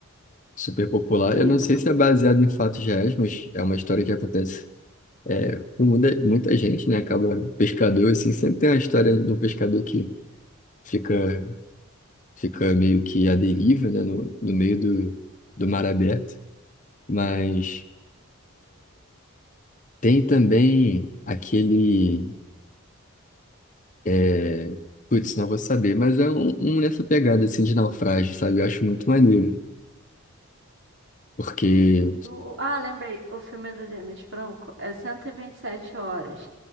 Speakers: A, on the left (about 35°); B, on the right (about 55°).
A: super popular.
B: Isso.
A: Eu não sei se é baseado em fatos reais, mas é uma história que acontece É, muita, muita gente, né, acaba pescador, assim, sempre tem a história do pescador que fica, fica meio que à deriva, né, no, no meio do, do mar aberto, mas tem também aquele, é, putz, não vou saber, mas é um, um nessa pegada, assim, de naufrágio, sabe, eu acho muito maneiro, porque,
B: O- Ah, lembrei. O filme do James Franco é cento e e vinte e sete horas.